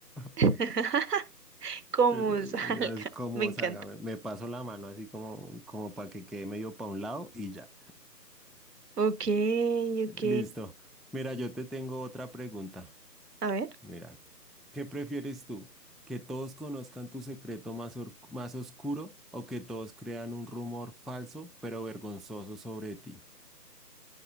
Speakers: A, in the centre; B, on the right.
A: <laughs>
B: <laughs> como
A: Eh,
B: salga,
A: Yo es como
B: me encanta.
A: salga, me, me paso la mano así como, como para que quede medio para un lado y ya.
B: Ok, ok.
A: Listo. Mira, yo te tengo otra pregunta.
B: A ver.
A: Mira, ¿qué prefieres tú? ¿Que todos conozcan tu secreto más, or- más oscuro o que todos crean un rumor falso pero vergonzoso sobre ti?